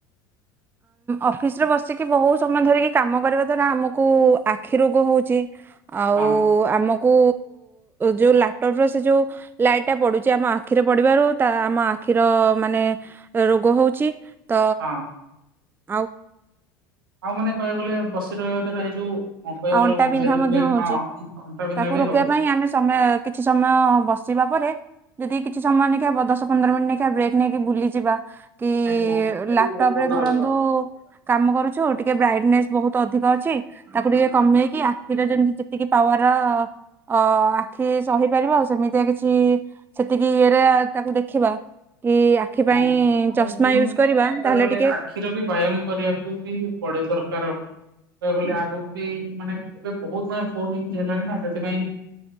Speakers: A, on the right (about 20°); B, on the right (about 85°).
A: ଅଫିସ ରେ ବସିକି ବହୁ ସମୟ ଧରିକି କାମ କରିବା ଦ୍ଵାରା ଆମକୁ ଆଖି ରୋଗ ହଉଛି। ଆଉ
B: ହଁ
A: ଆମକୁ ଯୋଉ ଲାଟପ୍ ର ସେ ଯୋଉ ଲାଇଟ୍ ଟା ପଡୁଛି ଆମ ଆଖିରେ ପଡିବାରୁ ତା ଆମ ଆଖିର ମାନେ ରୋଗ ହଉଛି ତ
B: ହଁ
A: ଆଉ
B: ଆଉ ମାନେ କହିବାକୁ ଗଲେ ବସି ରହିବା ଦ୍ଵାରା ଏଇ ଯୋଉ ହଁ କହିବାକୁ
A: ଆଉ
B: ଗଲେ
A: ଅଣ୍ଟା
B: ମ୍ୟାରେଜ୍
A: ବିନ୍ଧା ମଧ୍ୟ
B: ରେ
A: ହଉଛି
B: ହଁ ଅଁ ଅଣ୍ଟା ବିନ୍ଧା
A: ତାକୁ
B: ବି
A: ରୋକିବା
B: ହଉଛି।
A: ପାଇଁ ଆମେ ସମୟ କିଛି ସମୟ ବସିବା ପରେ ଯଦି କିଛି ସମୟ ନେଇକା ବଦଶ ପନ୍ଦର ମିନିଟ୍ ନେଇକା ବ୍ରେକ୍ ନେଇକି ବୁଲିଯିବା କି
B: ଆଜ୍ଞା ସେଟା ବି
A: ଲାଟପ୍
B: ବହୁତ ଭଲ
A: ରେ ଧରନ୍ତୁ
B: ରହିବ
A: କାମ କରୁଛୁ ଟିକେ ବ୍ରାଇଟନେସ୍ ବହୁତ ଅଧିକ ଅଛି ତାକୁ ଟିକେ କମେଇକି ଆଖିର ଯେମିତି ଯେତିକି ପାୱାର ଅ ଆଖି ସହିପାରିବା ଆଉ ସେମିତିଆ କିଛି ସେତିକି ଇଏରେ ତାକୁ ଦେଖିବା। କି ଆଖି
B: ହଁ
A: ପାଇଁ
B: ଆଉ
A: ଚଷମା
B: ଦିନକୁ
A: ୟୁଜ୍
B: ଦିନ
A: କରିବା
B: ମାନେ କହିବାକୁ
A: ତାହେଲେ
B: ଗଲେ
A: ଟିକେ
B: ଆଖିର ବି ବ୍ୟାୟାମ କରିବାକୁ ବି ପଡେ ଦର ତାର। କହିବାକୁ ଗଲେ ଆଗକୁ ବି ମାନେ ଏବେ ବହୁତ ମାନେ ଫୋନ ଇୟୁଜ୍ ହେଲାଣି ନା ସେଥିପାଇଁ